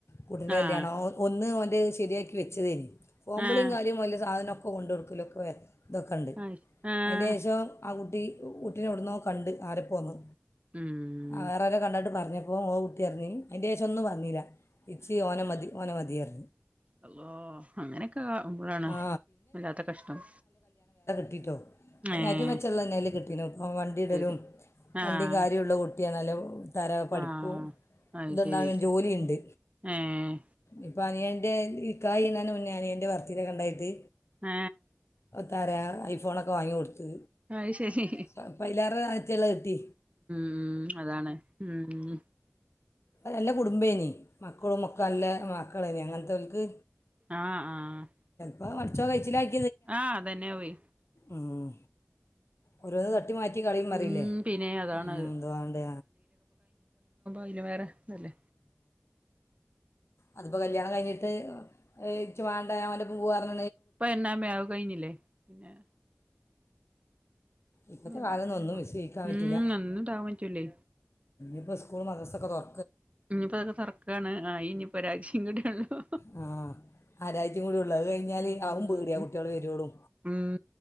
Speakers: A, on the left; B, on the right.
A: കുട്ടിന്റെ കല്യാണം
B: ആഹ്
A: ഒന്ന് ഓൻ ഹ് െശരിയാക്കി വെച്ചതേനി ഫോൺ
B: ആഹ്
A: വിളിംകാര്യുംവല്യ സാധനൊ <unintelligible> പ്പ കൊണ്ടൊട്ക്കലൊക്കെ വർ തൊക്കെണ്ട്
B: ആഹ് ആഹ്
A: അയ്ന്റേഷം ആ കുട്ട ട്ടി <unintelligible> ഉട്ടിനൊട്ന്നോ കണ്ട് ആരൊപ്പോന്ന്
B: ഉം
A: ആറര കണ്ടാട്ട് പറഞ്ഞു ഒ ഓ ഉട്ട്യർഞ്ഞ് അയ്ന്റേ ശൊന്നുംപറഞ്ഞില ഇച്ച് ഓനമതി ഓനമതി <unintelligible>
B: അള്ളാഹ് അങ്ങനെയൊക്കെ ആക്കുമ്പോഴാണ്
A: ആ
B: വല്ലാത്ത കഷ്ടം
A: <unintelligible> ഏറ്റവും
B: ഏഹ്
A: മെച്ച്ള്ളത് എന്തായാലും കിട്ടില്ല ഇപ്പൊ വണ്ടി
B: അത്
A: ഇടലും
B: ശരി
A: വണ്ടി
B: ആഹ്
A: കാരി പൊട്ടിയാണല്ലോ തറ പഠിപ്പും
B: ആഹ് അത്
A: എന്തുണ്ടാവൻ
B: ശരി
A: ജോലിയിണ്ട്.
B: ഏഹ്
A: അപ്പോം, അനിയൻ്റെ നിക്കാഹ് കഴിയുന്ന മുന്നേ അനിയന്റെ വർത്തിനെ കണ്ടായിട്ട്
B: ആ
A: തറ ഐഫോണൊക്കെ വാങ്ങി കൊടുത്ത്
B: അത് ശരി
A: <unintelligible> തെള് തി
B: ഉം, അതാണ് ഉം
A: നല്ല കുടുംബേനി, മക്കളൊ മൊക്കെ നല്ല മക്കളന്നെ അങ്ങനെത്തവൽക്ക്
B: ആ ആ
A: പൊ മറിച്ചോ കഴിച്ചിലായ്
B: ആ തന്നെ പോയി
A: ഇം ഓരോന്ന് തട്ടി മാറ്റി കളയുമ്പോ അറിയില്ലേ,
B: ഉം പിന്നെ അതാണത്
A: ഇം എന്തുവാണ്ട്
B: പിന്നെ വേറെ നല്ലേ
A: അതിപ്പോ കല്യാണം കഴിഞ്ഞിട്ട് എക്ക് വേണ്ട ഞാൻഅവൻ്റൊപ്പം പോവാന്ന്
B: ഇപ്പ എന്നാമ്മേ അതൊക്കെ കഴിഞ്ഞില്ലേ പിന്നെ
A: ഇപ്പത്തെ
B: എന്താണേലും
A: കാലന്നൊന്നും
B: ഇപ്പൊ
A: വിശ്വയ്ക്കാൻ
B: ഉം
A: പറ്റൂല്ല
B: ഒന്നും ഇണ്ടാവാൻ പറ്റൂലേ
A: ഇപ്പ സ്കൂളും മദ്രസ്സൊക്കെ തൊറ
B: ഇനിപ്പോ അതൊക്കെ തുറക്കാണ് ആ ഇനി ഇപ്പൊ ഒരാഴ്ചകൂടിയുള്ളൂ.
A: ആ ആരാഴ്ചയും കൂടി ഉള്ളത് കഴിഞ്ഞാൽ
B: ഉം
A: ആവും പേടിയാ കുട്ടികൾ വരുവോളൂ
B: ഉം